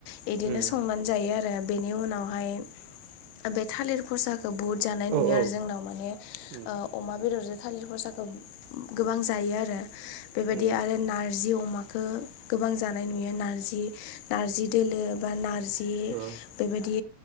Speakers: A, on the left; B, on the right.
A: बिदिनो
B: उम
A: संनानै जायो आरो बेनि उनावहाय बे थालिर फसा बुहुत जानाय नुयो
B: औ औ
A: आरो जोंनाव माने
B: उम
A: ओ अमा बेदरजों थालिर फसाखौ गोबां जायो आरो बेबायदि
B: उम
A: आरो नारजि अमा खौ गोबां जानाय नुयो नारजि नारजि दोलो बा नारजि
B: औ
A: बेबायदि